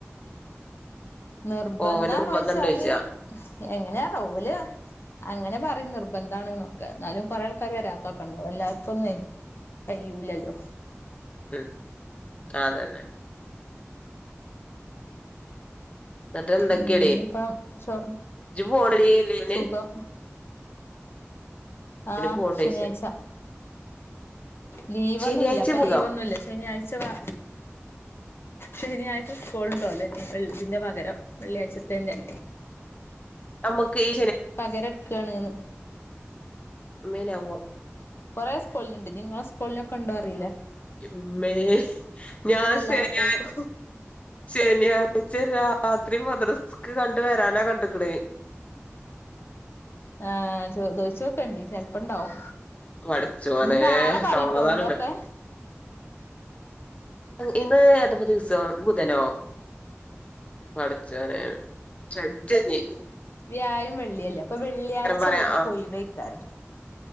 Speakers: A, on the left (about 55°); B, on the left (about 25°).
A: നിർബന്ധാണോിച്ചാല്
B: പോവല് നിർബന്ധണ്ടോയ്ച്ചാ
A: എങ്ങനെയാ റോല് അങ്ങനെ പറയും നിർബന്ധാണ് നോക്കെ എന്നാലും കുറേ ആൾക്കാാര് വരാത്തൊക്കെ ഉണ്ടാവോ എല്ലാവർക്കുംന്നേ കഴ്യൂലല്ലോ
B: ഉം അതന്നെ എന്നിട്ട് എന്തൊക്കെയടജ
A: ഉം ഇഞ്ഞിപ്പം ഷൊർ
B: പോണട ലീന്
A: സുഖം ആഹ
B: പോവ്ണ്ടോയ്ച്ച
A: ശനിയാഴ്ച ലീവ്ൊന്നുമല്ല
B: ശനിയാഴ്ച
A: അപ്പൊ
B: പോകാം
A: ലീവ് ഒന്നുമല്ല ശനിയാഴ്ച വ ശനിയഴ് സ്കൾ ഉണ്ടോ അല്ലേ ഇതിന്റെ പകരം വെള്ളിയാഴ്ചത്തന്നന്നെ
B: നമ്മക്ക് ഈ
A: പകരം എടുക്കയാണ്ന്ന്
B: മേലെ്പോ
A: കൊറെേ സ്കൂളിനുണ്ട് നിങ്ങള സ്കൂളിനൊക്കെ ഉണ്ടോ അറിയില്ലേ
B: ഉമ്മേ ഞാൻ
A: എല്ലാരും
B: ശനിയാഴ്ച
A: പോക്ക്
B: ശനിയാഴ്ച രാ രാത്രി മദ്രസ്ക് കണ്ട വരാനാ കണ്ടക്കട
A: ആഹ ചോദോ ച്ചക്കണ്ട് ചെല്പ്പ ഇണ്ടാവും
B: പടച്ചോനെ
A: ഇ നാളെ പറീട്ടോ
B: സമാധാനല്ല
A: എതൊക്കെ
B: ഇന്ന് ഏതപ്പോ ദിവസം ബുധനോ പഠച്ച്ു അനെ ശ്രധ ചെയ
A: വ്യായമം വെള്ളിയല്ലേ അപ്പൊ വെള്ളിയാഴ്ച
B: പറയാ
A: ഓലക്കയി വയ്ക്കാറ്